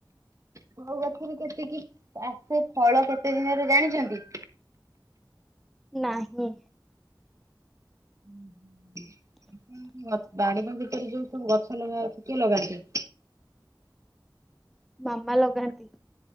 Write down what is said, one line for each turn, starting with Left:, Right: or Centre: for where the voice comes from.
Right: କୋଉ ଗଛରେ କେତିକି ଆସେ ଫଳ କେତେ ଦିନରେ ଜାଣିଛନ୍ତି?
Centre: ନାହିଁ।
Right: ହୁଁ, ହୁଁ ଭି <unintelligible> ବାଡିିବଗିଚାରେ ଯୋଉ ସବୁ ଗଛ ଲଗା ହଭଛି କିଏ ଲଗାନ୍ତି?
Centre: ମାମା ଲଗାନ୍ତି।